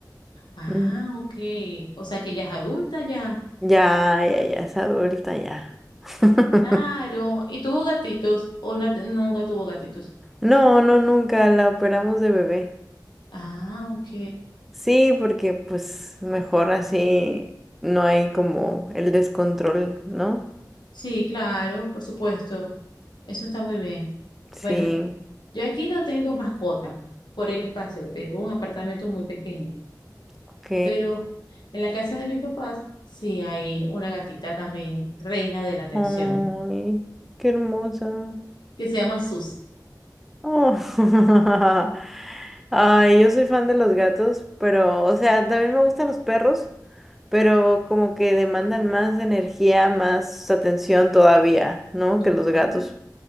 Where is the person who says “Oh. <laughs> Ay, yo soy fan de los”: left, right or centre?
Centre